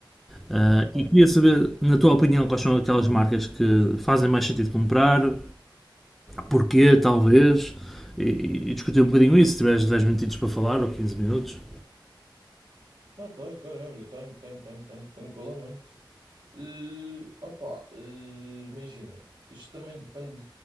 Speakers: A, in the centre; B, on the right.
A: Ah,
B: Ok,
A: e queria saber, na tua opinião, quais são aquelas marcas que fazem mais sentido comprar, porquê, talvez, e, e- e discutir um bocadinho isso, se tiveres 10 minutinhos para falar ou 15 minutos.
B: ok, ok, olha, tenho, tenho, tenho, tenho, tranquilamente. Eh, opa, eh, imagina, isto também depende